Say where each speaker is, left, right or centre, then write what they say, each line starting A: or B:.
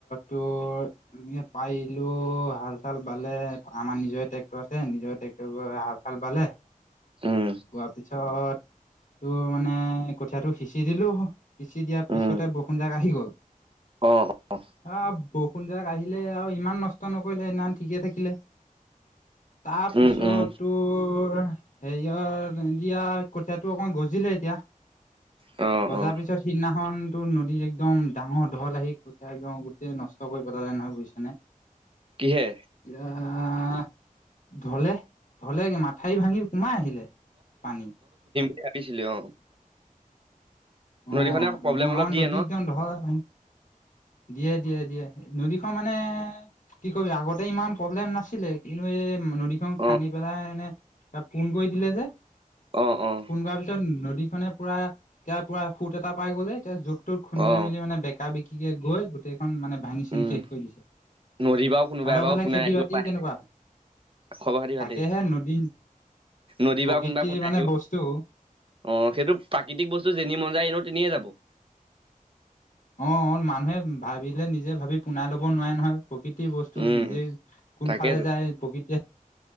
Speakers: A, on the left; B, on the right.
A: তোৰ এনেকে পাৰিলো হাল-চাল বালে, আমাৰ নিজৰে ট্ৰেক্টৰ আছে, নিজৰ ট্ৰেক্টৰ হাল-চাল ল বালে,
B: উম
A: বোৱাৰ পিছত তোৰ মানে, কঠিয়টো সিঁচি দিলো, সিঁচি দিয়াৰ পিছতে
B: উম
A: বৰষুণ জাক আহি গল।
B: অ', অ'।
A: আহ বৰষুণ যাক আহিলে আৰু ইমান নষ্ট নকৰিলে। সেইদিনাখন ঠিকেই থাকিলে। তাৰপিছত
B: উম উম
A: তোৰ, হেৰিয়ত দিয়া কঠিয়াত টো অকনমান গজিলে এতিয়া।
B: অ।
A: গজাৰ
B: অ
A: পিছত সিদিনাখনটো নদীত একদম ডাঙৰ ঢল আহি কঠিয়া একদম গোটেই নষ্ট কৰি পেলালে। নহয় বুজিছা নে?
B: কিহে
A: এতিয়া ধলে ধলে কি মাথা ঠাই ভাঙি সোমাই আহিলে পানী।
B: হে ভাবিছিলো অ।
A: অ
B: নদীখনে প্ৰব্লেম
A: মোৰ
B: অলপ
A: আমাৰ
B: দিয়ে
A: নদীগন
B: ন
A: দহয় ভাঙ, দিয়ে দিয়ে দিয়ে নদী মানে কি কবি আগতে ইমান প্ৰব্লেম নাছিলে। কিনো এ নদীখন খান্দি
B: অ
A: পেলাই এনে পোন কৰি দিলে যে
B: অ অ
A: ফোন কৰাৰ পিছত নদীখনে পুৰা, এতিয়া পুৰা সুত এটা পাই গ'লে, এতিয়া য'ত ত'ত খুন্দিয়াই
B: অ
A: মেলি মানে বেকা বেকিকে গৈ গোটেই খন মানে ভাঙি চিঙি
B: উম
A: শেষ কৰি দিছে।
B: নদী বাৰু কোনোবাই
A: তহঁতৰ
B: বাৰু
A: ঘৰলে
B: পোনাই
A: খেতি
B: ৰাখিব
A: বাতি
B: পাৰে
A: কেনেকুৱা?
B: খবৰ খাতি ভালেই।
A: তাকেহে নদী
B: নদী
A: প্ৰকৃতিৰ
B: বা কোনোবাই পোন বান্ধিব।
A: মানে বস্তু
B: অ', সেইটো প্ৰাকৃতিক বস্তু। যেনিয়ে মন যায়, এনেও তেনিয়ে যাব।
A: অ', অ' মানুহে ভাবিলে, নিজে ভাবি পোনাই ল'ব নোৱাৰে নহয়। প্ৰকৃতিৰ বস্তু।
B: উম
A: নিজে কোনফালে
B: তাকেতো
A: যায় প্ৰকৃতিয়ে